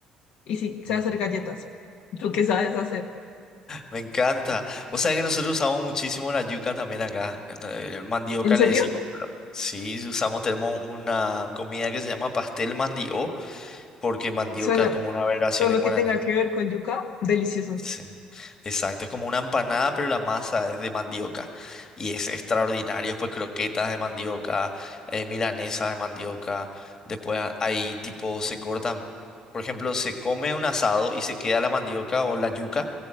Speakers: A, on the left (about 65°); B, on the left (about 25°).
A: Y sí, sé
B: Mm.
A: hacer galletas. ¿Tú qué sabes hacer?
B: Me encanta. Vos sabés que nosotros usamos muchísimo la yuca también acá. eh, Mandioca
A: ¿En serio?
B: le decimos. pero Sí, sí usamos, tenemos una comida que se llama pastel mandio, porque mandioca
A: Suena
B: es como una aberración
A: todo lo
B: en
A: que
B: guaraní.
A: tenga que ver con yuca, delicioso.
B: Sí, exacto. Es como una empanada, pero la masa es de mandioca. Y es extraordinario. Pues croquetas de mandioca, eh, milanesas de mandioca. Después a- hay tipo, se cortan, por ejemplo, se come un asado y se queda la mandioca o la yuca.